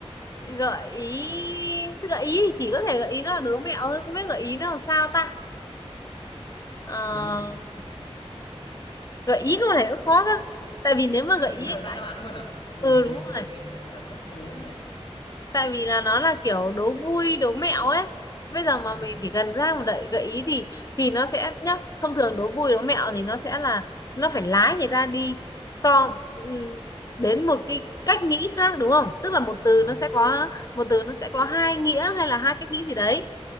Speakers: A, on the left (about 35°); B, on the left (about 50°).
A: gợi ý gợi ý thì chỉ có thể gợi ý nó là đố mẹo thôi không biết gợi ý nó làm sao ta Ờ,
B: kiểu như
A: gợi ý câu này cũng khó cơ tại vì nếu mà
B: gợi
A: gợi ý
B: ý là ra
A: cái
B: đáp án luôn à ừ
A: ừ
B: vì
A: đúng
B: câu
A: rồi
B: này nó là con số nhỉ
A: tại vì là nó là kiểu đố vui đố mẹo ấy bây giờ mà
B: ừ
A: mình chỉ cần ra một đợi gợi ý thì thì nó sẽ nhá thông thường đố vui đố mẹo thì nó sẽ là nó phải lái người ta đi so ừm, đến một cái cách nghĩ khác đúng không tức là một từ
B: vâng
A: nó sẽ có một từ nó sẽ có hai nghĩa hay là hai cách nghĩ gì đấy